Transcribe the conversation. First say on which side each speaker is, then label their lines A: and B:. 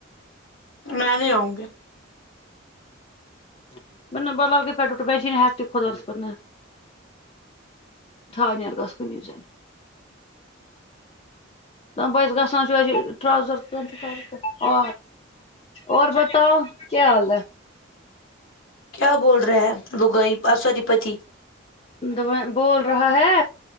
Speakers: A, on the left; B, on the left.
A: میں نہیں آؤں گی
B: <unintelligible> <unintelligible> <unintelligible> اور بتا کیا حال ہے
A: کیا بول رہا ہے لگوئی پاس والی پتی
B: دوا بول رہا ہے